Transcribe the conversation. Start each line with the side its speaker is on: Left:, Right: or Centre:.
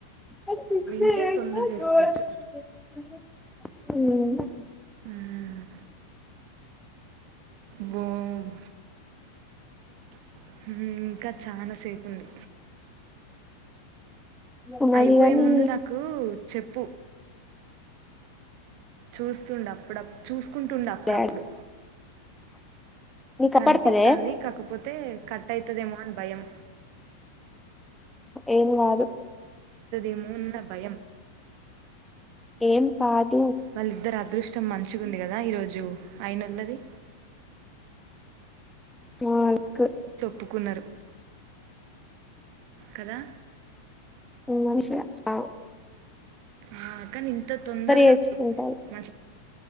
Centre: ఆ సిక్స్
Right: వింటే
Centre: <unintelligible>
Right: తొందర చేసుకోవచ్చు
Centre: ఉమ్
Right: ఉమ్ బొమ్ <inaudible> చాలాసేపు ఉంది
Centre: ఉన్నది
Right: అయిపోయే
Centre: గాని
Right: ముందు నాకు చెప్పు చూస్తుండు అప్పుడప్ చూసుకుంటుండు అప్పుడప్పుడు
Centre: డాడ్ నీకు
Right: కనిపితాంది
Centre: అపడతలే
Right: కాకపోతే కట్ అయితదేమో అని భయం
Centre: ఏం గాదు
Right: ఏమో అన భయం
Centre: ఏం కాదు
Right: వాళ్ళయిద్దరి అదృష్టం మంచిగా ఉంది కదా ఈరోజు అయినాలది
Centre: వాల్క్
Right: ప్పుకున్నారు కదా
Centre: మంచిగా అ
Right: ఆ కాని ఇంత తొందరగా
Centre: చేసుకుంటారు
Right: మంచి